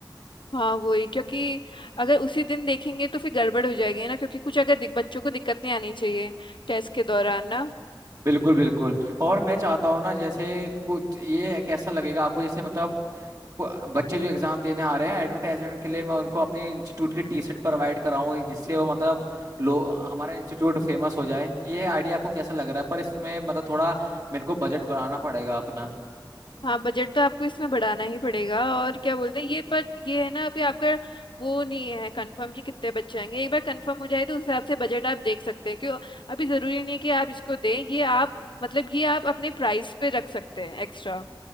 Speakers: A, on the left; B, on the right.
A: हाँ वही क्योंकि अगर उसी दिन देखेंगे तो फिर गड़बड़ हो जाएगी ना क्योंकि कुछ अगर दिक, बच्चों को दिक्कत नहीं आनी चाहिए टेस्ट के दौरान ना
B: बिल्कुल बिल्कुल और मैं चाहता हूँ ना जैसे कुछ ये कैसा लगेगा आपको जैसे मतलब ब- बच्चे जो एग्जाम देने आ रहे हैं एडवर्टाइजमेंट के लिए मैं उनको
A: हम्म।
B: अपने इंस्टीट्यूट की टी शर्ट प्रोवाइड कराऊँ जिससे वो मतलब लो हमारा इंस्टीट्यूट फेमस हो जाए ये आइडिया आपको कैसा लग रहा है पर इसमें मतलब थोड़ा मेरे को बजट बढ़ाना पड़ेगा अपना
A: हाँ बजट तो आपको इसमें बढ़ाना ही पड़ेगा और क्या बोलते हैं ये बट ये है ना अभी आपका वो नहीं है कंफर्म कि कितने बच्चे आएंगे एक बार कंफर्म हो जाए तो उस हिसाब से बजट आप देख सकते हैं क्यों अभी जरूरी नहीं है कि आप इसको दें ये आप मतलब ये आप अपने प्राइस पे रख सकते हैं एक्स्ट्रा